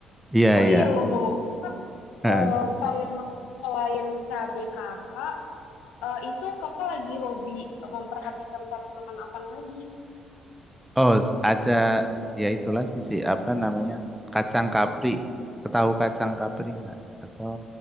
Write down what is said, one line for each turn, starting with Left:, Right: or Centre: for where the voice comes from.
Centre: Iya
Left: Oh
Centre: iya.
Left: iya, ngomong-ngomong, Kak,
Centre: Heeh.
Left: eh, tanaman selain cabai kakak, Eh, itu kakak lagi hobi memperhatikan tanaman apa lagi?
Centre: Oh s- ada ya itu lagi sih apa namanya kacang kapri. Ketahu kacang kapri nggak? Atau